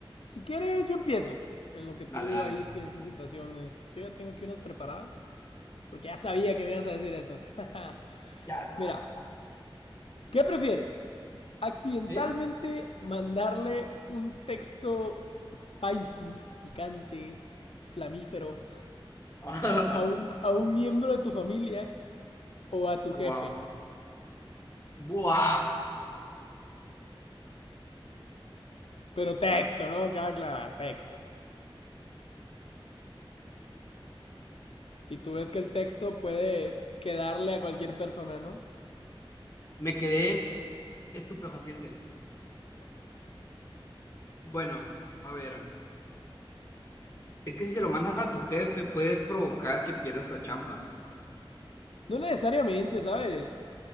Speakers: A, on the left; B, on the left.
A: Si quieres, yo empiezo. En lo que tú
B: Dale, dale.
A: ahí piensas situaciones. Yo ya tengo aquí unas preparadas. Porque ya sabía que me ibas a decir eso. <laughs>
B: Ya está,
A: Mira,
B: ya está.
A: ¿qué prefieres? ¿Accidentalmente
B: ¿Sí?
A: mandarle un texto spicy, picante, flamífero
B: Ah,
A: a un,
B: <laughs>
A: a un miembro de tu familia o a tu
B: Buah,
A: jefe?
B: buah,
A: Pero texto, ¿no? Cabe aclarar, texto. Y tú ves que el texto puede quedarle a cualquier persona, ¿no?
B: me quedé estupefaciente. Bueno, a ver, es que si se lo mandas a tu jefe puede provocar que pierdas la chamba.
A: No necesariamente, ¿sabes?